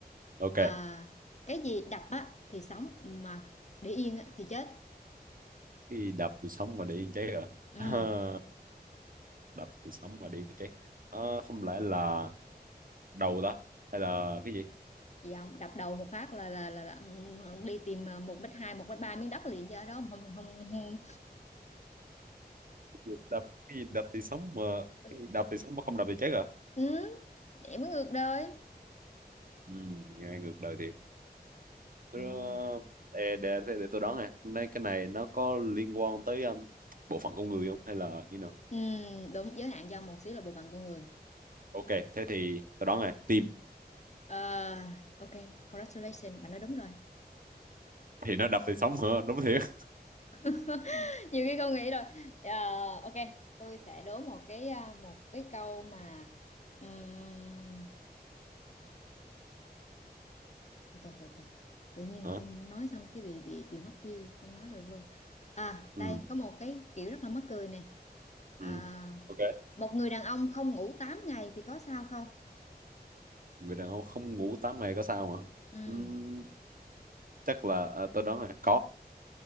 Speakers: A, on the right (about 55°); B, on the left (about 45°).
A: ok
B: à, cái gì đập á thì sống mà để yên á, thì chết
A: cái đập tôi sống mà để yên cháy rồi
B: ừ
A: <laughs> đập thì sống mà đi thì chết Ờ, không lẽ là đầu đó hay là cái gì
B: gì không đập đầu một phát là là là, là đi tìm à, một mét hai một mét ba miếng đất liền cho đó không không, không.
A: <laughs> đập cái gì đập thì sống mà
B: Ừ,
A: cái gì đập thì sống mà không đập thì chết à
B: Ừ, vậy mới ngược đời
A: ừ, nghe ngược đời thiệt Tôi,
B: ừ,
A: ờ, ê, để, để, để tôi đoán nè nay cái này nó có liên quan tới um, bộ phận con người không hay là như nào
B: ừ, đúng giới hạn do một xíu là bộ phận của người
A: ok thế thì tôi đoán nè tim
B: Ờ, ok congratulations bạn nói đúng rồi
A: thì nó đập thì sống hả đúng thiệt
B: <laughs> nhiều khi con nghĩ rồi Ờ, ok tôi sẽ đố một cái à, một cái câu mà ừm, từ từ từ từ tự nhiên
A: hả
B: xong nói xong cái bị bị bị mất điêu không nói được luôn à đây
A: ừ
B: có một cái kiểu rất là mắc cười nè
A: ừ
B: à,
A: ok
B: một người đàn ông không ngủ 8 ngày thì có sao không
A: người đàn ông không ngủ 8 ngày có sao mà
B: ừ.
A: Ừm, chắc là à, tôi đoán là có